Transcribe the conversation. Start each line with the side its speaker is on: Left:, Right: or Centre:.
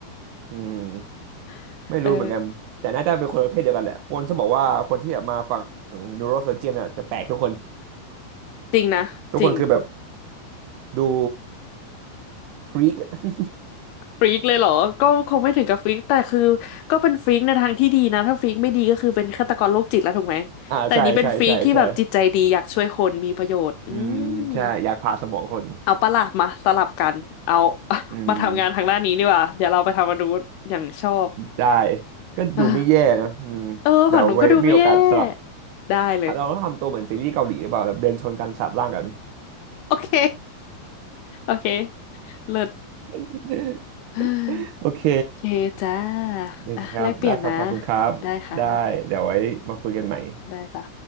Right: อืม
Left: <laughs>
Right: ไม่รู้เหมือนกันแต่น่าจะเป็นคนประเภทเดียวกันแหละคนจะบอกว่าคนที่แบบมาฝั่ง
Left: เออ
Right: นิวโรเซอร์เจียนอ่ะจะแปลกทุกคน
Left: จริงนะจริง
Right: ทุกคนคือแบบดูฟรีก <laughs>
Left: ฟรีกเลยเหรอก็คงไม่ถึงกับฟรีกแต่คือก็เป็นฟรีกในทางที่ดีนะ ถ้าฟรีกไม่ดีก็คือเป็นฆาตกรโรคจิตแล้วถูกไหม
Right: อ่าใช่ใช่ใช่ใช่
Left: แต่อันนี้เป็นฟรีกที่แบบจิตใจดีอยากช่วยคนมีประโยชน์ อื
Right: อืมใช่อยากผ่าสมองคน
Left: ม เอาปะล่ะมาสลับกัน เอา <laughs>
Right: อืม
Left: มาทำงานทางด้านนี้ดีกว่า เดี๋ยวเราไปทำมาดูนอย่างชอบ
Right: ได้ก็ดูไม่แย่นะอืมเดี๋ยวไว้มีโอกาสสลับ
Left: <sighs> เออเออฝั่งหนูก็ดูไม่แย่ได้เลย
Right: เราต้องทำตัวเหมือนซีรีส์เกาหลีหรือเปล่าแบบเดินชนกันสาบร่างกัน
Left: โอเคโอเคเลิศ
Right: <laughs>
Left: <sighs> เฮ้ย
Right: โอเค
Left: โอเคจ้า
Right: นะครับได้ครับขอบคุณครับได้เดี๋ยวไว้มาคุยกันใหม่
Left: อ่ะแลกเปลี่ยนนะได้ค่ะ ได้จ้ะ